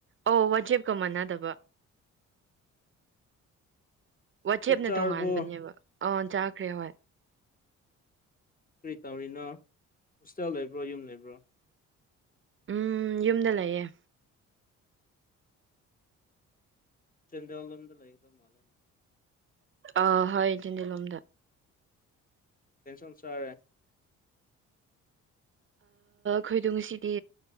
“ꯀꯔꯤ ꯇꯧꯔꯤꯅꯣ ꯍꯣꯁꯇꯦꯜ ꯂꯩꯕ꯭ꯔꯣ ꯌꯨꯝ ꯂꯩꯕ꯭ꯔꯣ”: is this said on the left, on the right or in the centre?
Left